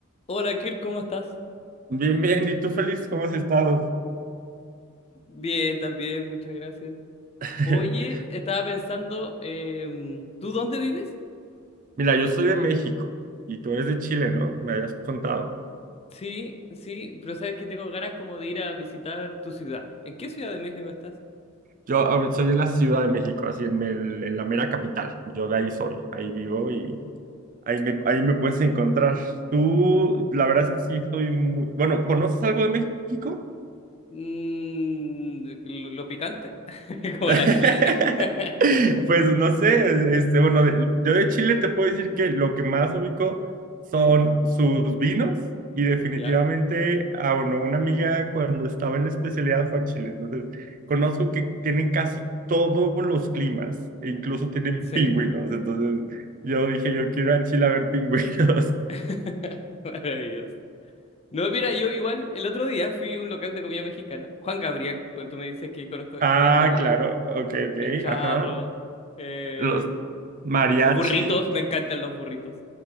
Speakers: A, on the left; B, on the right.
A: Hola Kirk, ¿cómo estás?
B: Bien, bien. ¿Y tú, Feliz, cómo has estado?
A: Bien, también, muchas gracias.
B: <laughs>
A: Oye, estaba pensando, em, ¿tú dónde vives?
B: Mira, yo soy de México y tú eres de Chile, ¿no? Me habías contado.
A: Sí, sí, pero sabes que tengo ganas como de ir a visitar tu ciudad. ¿En qué ciudad de México estás?
B: Yo ahor- soy de la Ciudad de México, así en, el- en la mera capital. Yo de ahí soy, ahí vivo y ahí me, ahí me puedes encontrar. Tú, la verdad es que sí, soy muy... Bueno, ¿conoces algo de México?
A: Mm, ¿lo, lo picante? <laughs> ¿Como
B: <laughs>
A: el ají? <laughs>
B: Pues no sé, este, bueno, de- yo de Chile te puedo decir que lo que más ubico son
A: ¿Eh?
B: sus vinos y definitivamente,
A: ¿Ya?
B: ah, bueno, una amiga cuando estaba en la especialidad fue a Chile, entonces conozco que tienen casi todos los climas, e incluso tienen
A: Sí.
B: pingüinos, entonces yo dije, yo quiero ir a Chile a ver pingüinos. <laughs>
A: <laughs> Maravilloso. No, mira, yo igual el otro día fui a un local de comida mexicana, Juan Gabriel, porque tú me dices que conozco
B: Ah,
A: Juan Gabriel,
B: claro, ok, ok,
A: Los Charros,
B: ajá.
A: em,
B: Los mariachi.
A: Los burritos, me encantan los burritos.